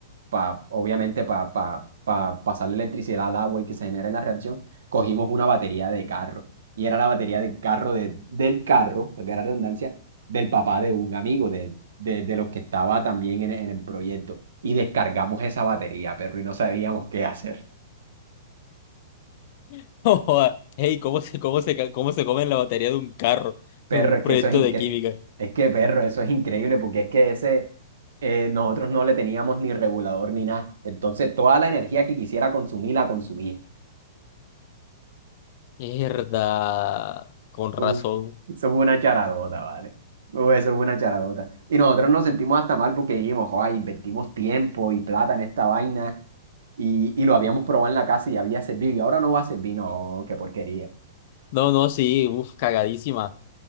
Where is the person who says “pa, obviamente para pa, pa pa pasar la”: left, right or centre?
Right